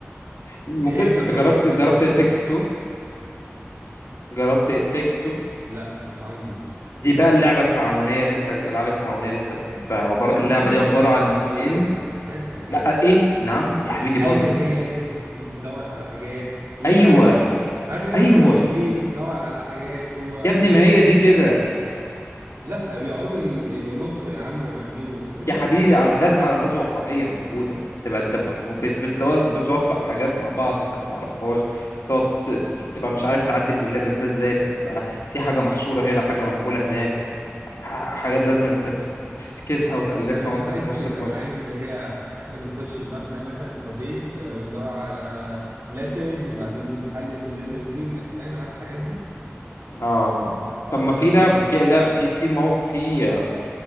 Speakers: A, on the left; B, on the right.
A: ممكن
B: الحيطه
A: انت
B: كلها
A: جربت
B: كول
A: جربت
B: اوف ديوتي
A: التكست 2 جربت التكست 2
B: لا مش عندي
A: دي
B: فلوس
A: بقى اللعبه التعاونيه اللي انت الالعاب التعاونيه اللي انت بتحبها عباره
B: بس
A: اللعبه
B: دي مش
A: دي عباره
B: مش
A: عن
B: الغاز
A: اتنين
B: انا عايز الغاز
A: لا ايه نعم دي حبيبي بازلز
B: الغاز ان احنا ندور على حاجات هي
A: ايوه
B: لا عارف عارف ليه
A: ايوه
B: تخش بيت تدور على حاجات وبعدين
A: يا ابني ما
B: ت-
A: هي دي كده
B: لا بيقعدوا ي- ينطوا يا عم ويعملوا وبتاع. ايه الهبل
A: يا حبيبي
B: ده؟
A: الغاز الغاز واقعيه موجوده تبقى انت بف- بت- بتلو- بتوفق حاجات مع بعض انت ما بتعرفهاش تقعد ت- تبقى مش عارف تعدي من الليفل ده ازاي فتبقى في حاجه محصوره هنا حاجه معموله هناك ح- حاجات لازم انت ت- تفتكسها وتألفها
B: انا مش
A: وانت
B: عايز
A: في نص
B: كده
A: الفايل
B: انا عايز اللي هي احنا بنخش مبنى مثلا او بيت آه، بندور على لترز وبعدين بنحلل اللترز دي وبن- فاهم عارف الحاجات دي
A: اه
B: هو
A: طب
B: ده
A: ما
B: اللي
A: في
B: انا
A: لعب
B: بتكلم فيه
A: في لعب في في موقع في آه،